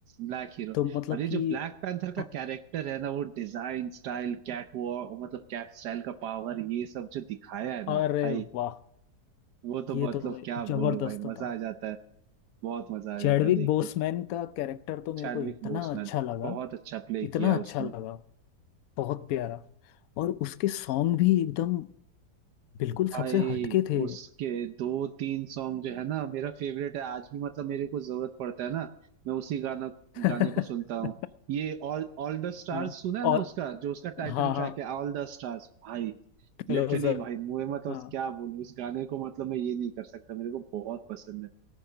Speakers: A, on the right (about 75°); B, on the left (about 65°).
A: Black hero
B: तो मतलब
A: और ये
B: कि
A: जो ब्लैक पैंथर का
B: अ-
A: कैरेक्टर है ना वो डिजाइन स्टाइल कैट वॉक मतलब कैट स्टाइल का पावर ये सब जो दिखाया है ना
B: अरे
A: भाई
B: वाह
A: वो तो
B: ये
A: मतलब
B: तो
A: क्या
B: जबरदस्त
A: बोलूं भाई मजा
B: था
A: आ जाता है बहुत मजा आ
B: चैडविक
A: जाता है देख
B: बोसमैन
A: के
B: का कैरेक्टर तो मेरे
A: चैडविक
B: को इतना
A: बोसमैन
B: अच्छा लगा
A: बहुत अच्छा प्ले
B: इतना
A: किया
B: अच्छा
A: उसने
B: लगा बहुत प्यारा और उसके सॉन्ग भी एकदम बिल्कुल
A: भाई
B: सबसे हटके थे
A: उसके दो तीन सॉन्ग जो है ना मेरा फेवरेट है आज भी मतलब मेरे को जरूरत पड़ता है ना मैं उसी गाना
B: <laughs>
A: गाने को सुनता हूँ ये ऑल ऑल द स्टार्स
B: हाँ
A: सुना है
B: और
A: ना उसका जो उसका टाइटल
B: हाँ हाँ
A: ट्रैक है ऑल द स्टार्स भाई
B: क्लोजर
A: लिटरली भाई मुझे मतलब
B: हाँ
A: क्या बोलूं उस गाने को मतलब मैं ये नहीं कर सकता मेरे को बहुत पसंद है